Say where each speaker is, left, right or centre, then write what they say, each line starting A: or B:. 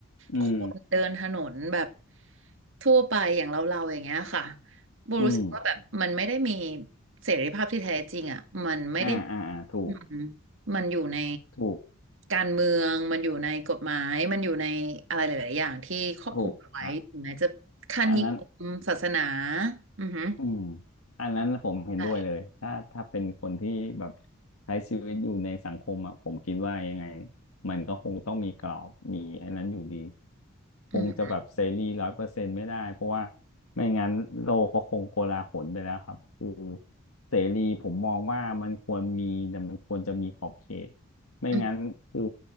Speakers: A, on the left; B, on the right.
A: อืม
B: คนเดินถนนแบบทั่วไปอย่างเราเราอย่างเงี้ยค่ะโบรู้สึกว่าแบบมันไม่ได้มี
A: อืม
B: เสรีภาพที่แท้จริงอ่ะมันไม่ได้
A: อ่าอ่าอ่าถูก
B: อืมมันอยู่ใน
A: ถูก
B: การเมืองมันอยู่ในกฎหมายมันอยู่ในอะไรหลายๆอย่างที่ครอบคลุมเอาไว้ถึงแม้จะค่านิยมศาสนา
A: ถูกอ่ะอันนั้น
B: อือหือ
A: อืม อันนั้นผมเห็นด้วยเลย
B: ใช่
A: ถ้าถ้าเป็นคนที่แบบใช้ชีวิตอยู่ในสังคมอะผมคิดว่ายังไง มันก็คงต้องมีกรอบมีอันนั้นอยู่ดี คงจะแบบเสรีร้อยเปอร์เซ็นต์ไม่ได้
B: อือหอ
A: เพราะว่าไม่งั้นโลกก็คงโกลาหลไปแล้วครับคือเสรีผมมองว่ามันควรมีแต่มันควรจะมีขอบเขตไม่งั้นคือ
B: ือ